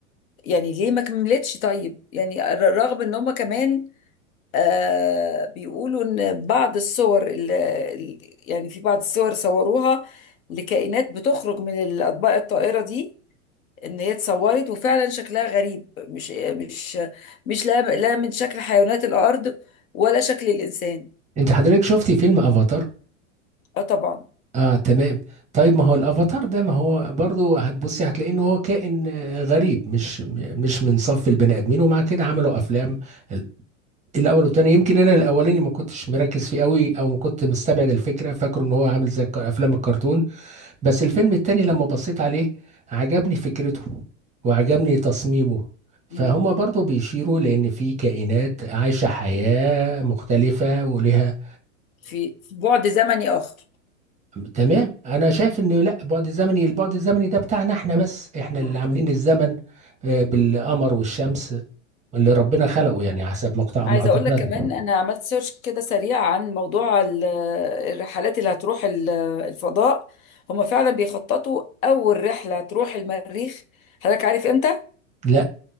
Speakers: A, on the left; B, on the right.
A: يعني ليه ما كملتش طيب يعني ر- رغم ان هم كمان آه، بيقولوا ان بعض الصور اللي يعني في بعض الصور صوروها لكائنات بتخرج من الاطباق الطائره دي ان هي اتصورت وفعلا شكلها غريب مش مش مش لا لا من شكل حيوانات الارض ولا شكل الانسان
B: انت حضرتك شفتي فيلم افاتار
A: اه طبعا
B: اه تمام طيب ما هو الافاتار ده ما هو برضو هتبصي هتلاقي ان هو كائن آه، غريب مش م- مش من صف البني ادمين ومع كده
A: مم.
B: عملوا افلام ال- الاول والتاني يمكن انا الاولاني ما كنتش مركز فيه قوي او ما كنت مستبعد الفكره فاكره ان هو عامل زي الك- افلام الكرتون بس الفيلم التاني لما بصيت عليه عجبني فكرته وعجبني تصميمه فهم
A: مم.
B: برضو بيشيروا لان في كائنات عايشه حياه مختلفه ولها
A: في في بعد زمني اخر
B: تمام انا شايف ان لا بعد الزمني البعد الزمني ده بتاعنا احنا بس احنا
A: مم.
B: اللي عاملين الزمن آه، بالقمر والشمس اللي ربنا خلقه
A: مم.
B: يعني حسب مقطع
A: عايزه
B: معتقداتنا
A: اقول لك كمان انا عملت سيرش كده سريع عن موضوع ال- الرحلات اللي هتروح ال- الفضاء هما فعلا بيخططوا اول رحله تروح المريخ حضرتك عارف امتى
B: لا